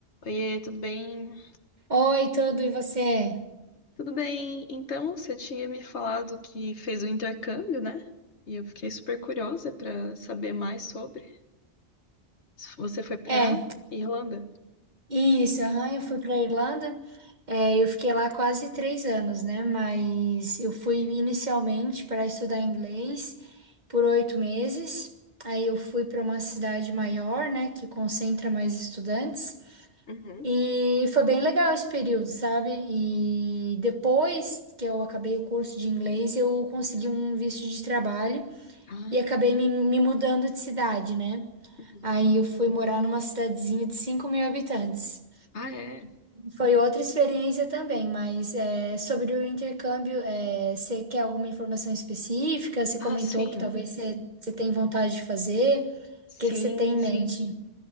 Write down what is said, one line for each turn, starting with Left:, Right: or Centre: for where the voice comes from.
Left: Oiê, tudo bem?
Right: Oi, tudo, e você?
Left: Tudo bem. Então, você tinha me falado que fez o intercâmbio, né? E eu fiquei super curiosa para saber mais sobre. Você foi para
Right: É,
Left: Irlanda?
Right: isso, aham, eu fui para Irlanda, é, eu fiquei lá quase três anos, né? Mas eu fui inicialmente para estudar inglês por oito meses, aí eu fui para uma cidade maior, né, que concentra mais estudantes,
Left: Uhum.
Right: e foi bem legal esse período, sabe? E depois que eu acabei o curso de inglês, eu consegui um visto de trabalho
Left: Ah,
Right: e acabei me me mudando de cidade, né?
Left: uhum.
Right: Aí eu fui morar numa cidadezinha de cinco mil habitantes.
Left: Ah, é.
Right: Foi outra experiência também, mas é, sobre o intercâmbio, é, você quer alguma informação específica? Você
Left: Ah,
Right: comentou
Left: sim.
Right: que talvez você, você tem vontade de fazer.
Left: Sim,
Right: O que que você tem em
Left: sim.
Right: mente?